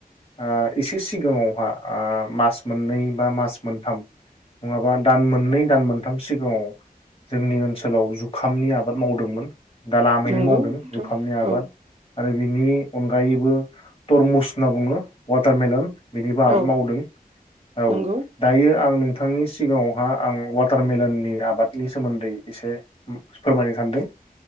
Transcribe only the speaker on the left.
ओ एसे सिगाङावहा ओ मास मोननै बा मास मोनथाम नङाबा दान मोननै दान मोनथाम सिगाङाव जोंनि ओनसोलाव जुखामनि आबाद मावदोंमोन। दा लामैनो
मावदों
जुखामनि आबाद
आरो बे नि अनगायैबो तरमुस होनना बुङो वाटारमेलन बेनिबो आबाद
मावदों औ
दायो आं नोंथांनि सि सिगाङाव हा आं वाटारमेलननि आबादनि सोमोन्दै एसे फोरमायनो सानदों